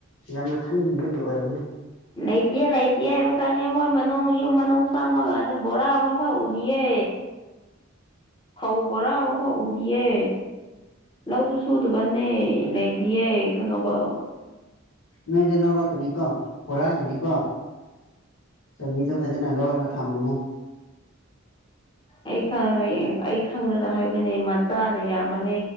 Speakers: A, on the left; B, on the left.
A: ꯌꯥꯝꯅ ꯈꯜꯂꯤꯕꯒꯤ ꯑꯣꯏꯔꯝꯅꯤ
B: ꯂꯩꯇꯤꯌꯥꯦ- ꯂꯩꯇꯤꯌꯦ ꯍꯥꯏꯕ ꯈꯪꯢ ꯃꯣꯏ ꯃ ꯅꯣꯏ ꯌꯨꯝ ꯃꯅꯨꯡ ꯆꯪꯕ ꯀꯥꯟꯗ ꯕꯣꯔ ꯑꯃꯥ ꯐꯥꯎ ꯎꯗꯤꯌꯦ ꯐꯧꯕꯣꯔꯥ ꯑꯃꯥ ꯐꯥꯎ ꯎꯗꯤꯌꯦ ꯂꯧꯖꯨ ꯁꯨꯗꯕ ꯅꯦ ꯂꯩꯇꯤꯌꯦ ꯈꯪꯉꯕꯣ
A: ꯅꯣꯏꯗ ꯂꯧꯔꯛꯀꯅꯤꯀꯣ ꯍꯨꯔꯥꯟꯒꯅꯤꯀꯣ ꯆꯕꯤꯗꯨ ꯐꯖꯅ ꯂꯣꯟꯂꯒ ꯊꯝꯃꯝꯃꯨ
B: ꯑꯩ ꯈꯪꯉꯒ ꯌꯦꯡ ꯑꯩ ꯈꯪꯂꯒ ꯍꯥꯏꯕꯅꯦ ꯃꯆꯥꯅ ꯌꯥꯝꯕꯅꯦ